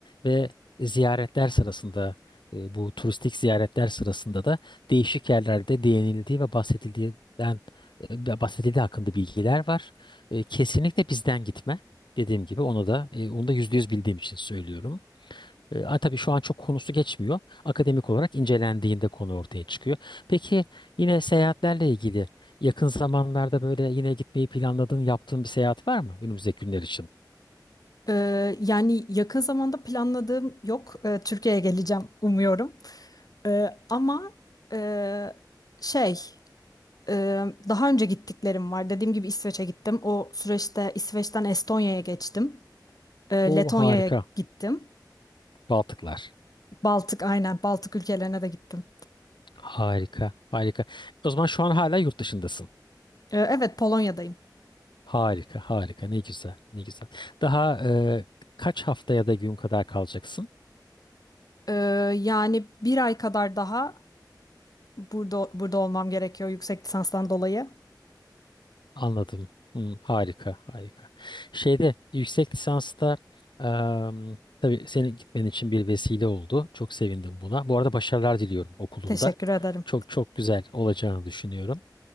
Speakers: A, on the left (about 85°); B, on the left (about 55°).
A: ve ziyaretler sırasında e, bu turistik ziyaretler sırasında da değişik yerlerde değinildiği ve bahsedildiğinden e, bahsedildiği hakkında bilgiler var. E, kesinlikle bizden gitme. Dediğim gibi onu da e, onu da yüzde yüz bildiğim için söylüyorum. E, a, tabii şu an çok konusu geçmiyor. Akademik olarak incelendiğinde konu ortaya çıkıyor. Peki yine seyahatlerle ilgili yakın zamanlarda böyle yine gitmeyi planladığın, yaptığın bir seyahat var mı önümüzdeki günler için?
B: E, yani yakın zamanda planladığım yok. E, Türkiye'ye geleceğim umuyorum. E, ama e, şey. Ee, daha önce gittiklerim var. Dediğim gibi İsveç'e gittim. O süreçte İsveç'ten Estonya'ya geçtim. Ee,
A: O
B: Letonya'ya
A: harika.
B: gittim.
A: Baltıklar.
B: Baltık aynen Baltık ülkelerine de gittim.
A: Harika, harika. O zaman şu an hala yurt dışındasın.
B: Ee, evet Polonya'dayım.
A: Harika, harika. Ne güzel, ne güzel. Daha e, kaç haftaya da gün kadar kalacaksın?
B: Ee, yani bir ay kadar daha burada burada olmam gerekiyor yüksek lisanstan dolayı.
A: Anladım. Hmm, harika, harika. Şeyde yüksek lisansta em, tabii senin gitmen için bir vesile oldu. Çok sevindim buna. Bu arada başarılar diliyorum okulunda.
B: Teşekkür ederim.
A: Çok çok güzel olacağını düşünüyorum.